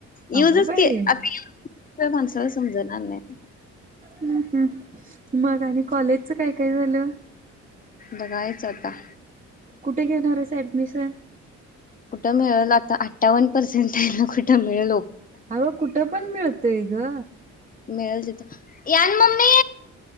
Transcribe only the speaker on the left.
युजच
आता माणसाला समजणार नाही.
बगायच आता.
कुठं मिळेल आता अठ्ठान पर्सेंट आहे ना कुठं मिळेल.
मिळल तिथं, यान मम्मी.